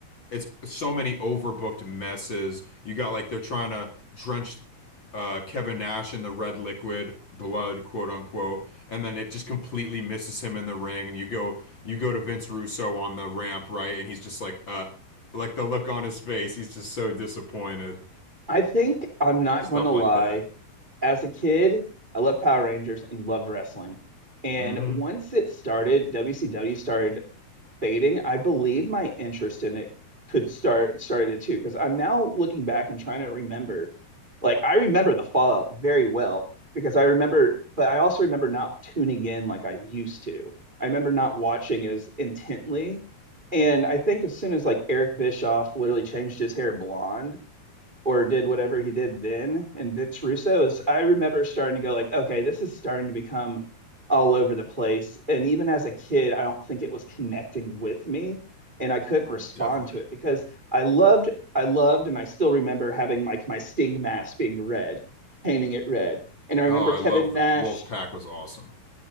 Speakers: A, on the left (about 35°); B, on the right (about 15°).
A: it's so many overbooked messes. You got like they're trying to drench uh, Kevin Nash in the red liquid blood, quote unquote, and then it just completely misses him in the ring. And you go, you go to Vince Russo on the ramp, right? And he's just like, uh, like the look on his face. He's just so disappointed.
B: I think I'm not
A: Stuff
B: going to lie.
A: like that.
B: As a kid, I loved Power Rangers and loved wrestling. And
A: hmm
B: once it started, WCW started fading, I believe my interest in it could start started too, because I'm now looking back and trying to remember. Like I remember the Fallout very well because I remember, but I also remember not tuning in like I used to. I remember not watching as intently. And I think as soon as like Eric Bischoff literally changed his hair blonde, or did whatever he did then and Vince Russo is I remember starting to go like, okay, this is starting to become all over the place. And even as a kid, I don't think it was connecting with me and I couldn't respond
A: Definitely.
B: to it because I loved I loved and I still remember having like my my sting mask being red, painting it red. And I remember
A: Oh, I
B: Kevin
A: love
B: Nash,
A: the Wolf Pack was awesome.